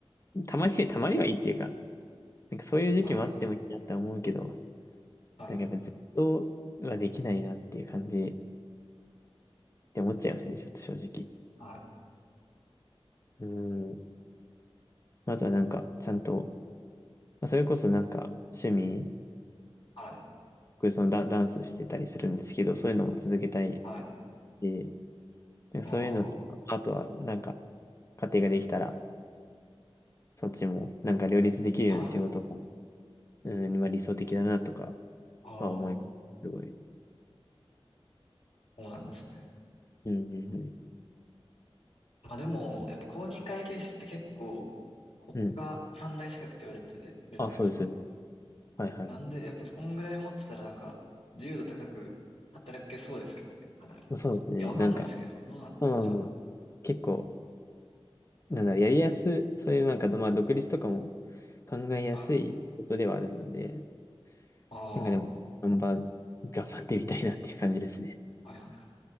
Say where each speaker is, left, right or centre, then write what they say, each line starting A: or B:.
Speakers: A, on the left; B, on the left.
A: あ、たまに、たまにはいいっていうか、なんかそういう時期もあってもいいなって思うけど、
B: はい、はい、
A: なんかやっぱずっとはできないなっていう感じって思っちゃいますね。ちょっと正直。
B: はい、
A: うん。あとはなんか、ちゃんと、まあ、それこそなんか趣味、
B: はい、
A: 僕そのダ、ダンスしてたりするんですけど、そういうのも続けたい
B: はい。
A: し、でそういうのと、
B: ああ、
A: あとは、なんか、家庭ができたら、そっちも、なんか両立できるような仕事が、
B: はい、
A: うん、まあ理想的だなとか
B: ああ、そ
A: は思います。すごい。
B: うなんですね。
A: うん、うん、う
B: まあでも、やっぱ公認会計士って結構国家三大資格って言われてるじゃないですか。
A: ん。うん。あ、そうです。はい、はい。
B: なんで、やっぱそんぐらい持ってたらなんか自由度高く働けそうですけどね、かなり。
A: そうですね。
B: いや、わかんないですけど、
A: なんか、
B: どうなんだ。
A: まあまあまあ、
B: はい、
A: 結構、なんだろう、やりやす、そういうなんか、まあ、独立とかも考えやすい仕事ではあるので、
B: はい。ああ、
A: なんかでも、
B: は
A: 頑張、頑張ってみたいなっていう感じですね。
B: い、はい。